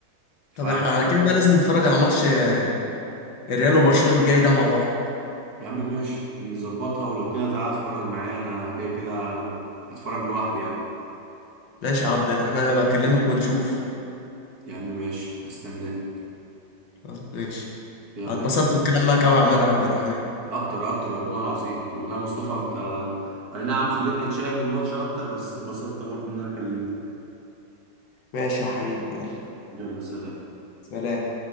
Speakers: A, on the right; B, on the left.
A: ف
B: طب احنا على كده بقى لازم نتفرج على ماتش آه، الريال وبرشلونه اللي جاي ده مع بعض
A: يا عم ماشي نظبطها ولو كده تعالى اتفرج معايا انا كده كده هتفرج لوحدي يعني
B: ماشي يا عبد الرحمن انا بكلمك ونشوف
A: يا عم ماشي هستناه
B: خلاص، ماشي
A: يلا
B: هتبسطت
A: يا باشا
B: بالكلام معاك قوي يا عماد عبد الرحمن
A: اكتر اكتر والله العظيم والله يا مصطفى انت اي نعم خليتنا نتشائم من الماتش اكتر بس اتبسطت برضه ان انا كلمتك
B: ماشي يا حبيبي يلا
A: يلا سلام
B: سلام